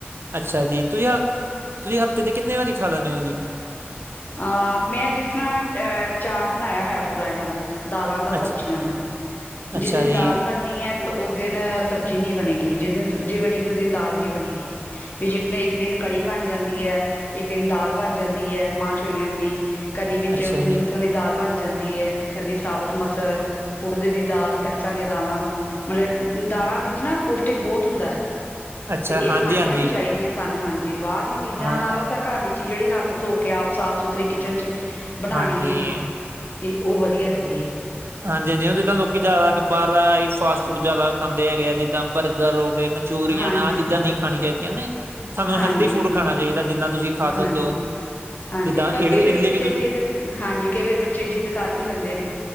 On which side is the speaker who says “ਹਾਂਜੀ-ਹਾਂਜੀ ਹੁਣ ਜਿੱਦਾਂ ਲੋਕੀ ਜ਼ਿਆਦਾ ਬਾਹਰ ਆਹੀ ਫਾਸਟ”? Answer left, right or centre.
Right